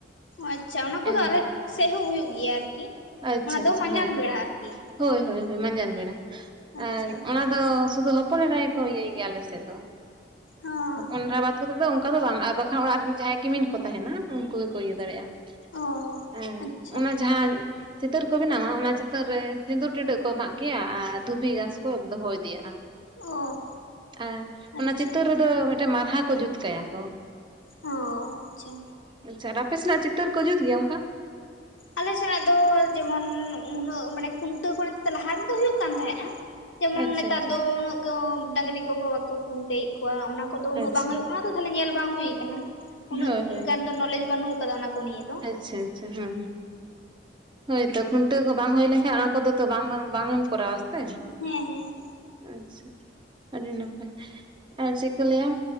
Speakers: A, on the left; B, on the right.
A: ᱟᱪᱪᱷᱟ ᱚᱱᱟ ᱠᱚᱫᱚ
B: ᱮᱱᱦᱤᱞᱳᱜ
A: ᱟᱞᱮ
B: ᱜᱮ᱾
A: ᱥᱮᱫ ᱦᱚᱸ ᱦᱩᱭᱩᱜ ᱜᱮᱭᱟ ᱟᱨᱠᱤ
B: ᱟᱪᱪᱷᱟ
A: ᱚᱱᱟ ᱫᱚ
B: ᱟᱪᱪᱷᱟ
A: ᱢᱟᱡᱟᱱ
B: ᱦᱳᱭᱛᱚ
A: ᱵᱮᱲᱟ ᱟᱨᱠᱤ
B: ᱦᱳᱭ ᱦᱳᱭ ᱦᱳᱭ ᱢᱟᱡᱟᱱ ᱵᱮᱲᱟ
A: ᱟᱪᱪᱷᱟ
B: ᱟᱨ ᱚᱱᱟ ᱚᱻ ᱥᱩᱫᱷᱩ ᱦᱚᱯᱚᱱ ᱮᱨᱟᱭ ᱠᱚ ᱤᱭᱟᱹᱭ ᱜᱮᱭᱟ ᱟᱞᱮ ᱥᱮᱫ ᱫᱚ
A: ᱚ
B: ᱦᱚᱯᱚᱱ ᱮᱨᱟ ᱵᱟᱫᱽ ᱠᱟᱛᱮᱫ ᱫᱚ <inaudible> ᱚᱱᱠᱟ ᱫᱚ ᱵᱟᱝ ᱟᱨ ᱵᱟᱠᱷᱟᱱ ᱚᱲᱟᱜ ᱨᱮᱱ ᱡᱟᱦᱟᱸᱭ ᱠᱤᱢᱤᱱ ᱠᱚ ᱛᱟᱦᱮᱱᱟ ᱩᱱᱠᱩ ᱜᱮᱠᱚ ᱤᱭᱟᱹ ᱫᱟᱲᱮᱭᱟᱜᱼᱟ
A: ᱚ
B: ᱾ ᱟᱨ
A: ᱟᱪᱪᱷᱟ
B: ᱚᱱᱟ ᱡᱟᱦᱟᱸ ᱪᱤᱛᱟᱹᱨ ᱠᱚ ᱵᱮᱱᱟᱣᱟ ᱚᱱᱟ ᱪᱤᱛᱟᱹᱨ ᱨᱮ ᱥᱤᱸᱫᱩᱨ ᱴᱤᱰᱟᱹᱜ ᱠᱚ ᱮᱢᱟᱜ ᱜᱮᱭᱟ ᱟᱨ ᱫᱷᱩᱵᱤ ᱜᱷᱟᱥ ᱠᱚ ᱫᱚᱦᱚ ᱤᱫᱤᱭᱟᱜᱼᱟ ᱾
A: ᱚ
B: ᱟᱨ
A: ᱟᱪᱪᱷᱟ
B: ᱚᱱᱟ ᱪᱤᱛᱟᱹᱨ ᱨᱮᱫᱚ ᱢᱤᱫᱴᱮᱱ ᱢᱟᱨᱦᱟ ᱠᱚ ᱡᱩᱛ ᱠᱟᱭᱟ ᱠᱚ
A: ᱚᱻ ᱟᱪᱪᱷᱟ᱾
B: ᱟᱪᱪᱷᱟ ᱟᱨ ᱟᱯᱮ ᱥᱮᱱᱟᱜ ᱪᱤᱛᱟᱹᱨ ᱠᱚ ᱡᱩᱛ ᱜᱮᱭᱟ ᱚᱝᱠᱟ ᱾
A: ᱟᱞᱮ ᱥᱮᱱᱟᱜ ᱫᱚ ᱡᱮᱢᱚᱱ ᱩᱱᱟᱹᱜ ᱢᱟᱱᱮ ᱠᱷᱩᱱᱴᱟᱹᱣ ᱠᱚ ᱮᱱᱛᱮ ᱞᱟᱦᱟ ᱨᱮᱫᱚ ᱦᱩᱭᱩᱜ ᱠᱟᱱ ᱛᱟᱦᱮᱸᱜᱼᱟ᱾ ᱡᱮᱢᱚᱱ
B: ᱟᱪᱪᱷᱟ
A: ᱱᱮᱛᱟᱨ
B: ᱟᱪᱪᱷᱟ
A: ᱫᱚ ᱩᱱᱟᱹᱜ ᱫᱚ ᱰᱟᱝᱨᱤ ᱠᱚᱦᱚᱸ ᱵᱟᱠᱚ ᱠᱷᱩᱱᱴᱟᱹᱣ ᱮᱫ ᱠᱚᱣᱟ <unintelligible> ᱚᱱᱟ ᱠᱚᱫᱚ ᱩᱱᱟᱹᱜ
B: ᱟᱪᱪᱷᱟ
A: ᱵᱟᱝ ᱦᱩᱭᱩᱜ ᱠᱟᱱᱟ ᱛᱚ ᱛᱟᱦᱚᱞᱮ ᱧᱮᱞ ᱵᱟᱝ ᱦᱩᱭ ᱠᱟᱱᱟ ᱾ ᱩᱱᱟᱹᱜ
B: ᱦᱳᱭ ᱦᱳᱭ
A: ᱜᱟᱱ ᱫᱚ ᱱᱚᱞᱮᱡᱽ ᱵᱟᱹᱱᱩᱜ ᱟᱠᱟᱫᱟ ᱚᱱᱟ ᱠᱚ ᱱᱤᱭᱮ ᱫᱚ ᱾
B: ᱟᱪᱪᱷᱟ ᱟᱪᱪᱷᱟ ᱦᱚᱸ᱾ ᱦᱳᱭ ᱛᱚ ᱠᱷᱩᱱᱴᱟᱹᱣ ᱠᱚ ᱵᱟᱝ ᱦᱳᱭ ᱞᱮᱱᱠᱷᱟᱱ ᱚᱱᱟ ᱠᱚᱫᱚ ᱛᱚ ᱵᱟᱝ ᱵᱟᱝ ᱮᱢ ᱠᱚᱨᱟᱣᱟ ᱥᱮ᱾
A: ᱦᱮᱻ
B: ᱟᱪᱪᱷᱟ ᱟᱹᱰᱤ ᱱᱟᱯᱟᱭ, ᱟᱨ ᱪᱮᱫ ᱠᱚ ᱞᱟᱹᱭᱟ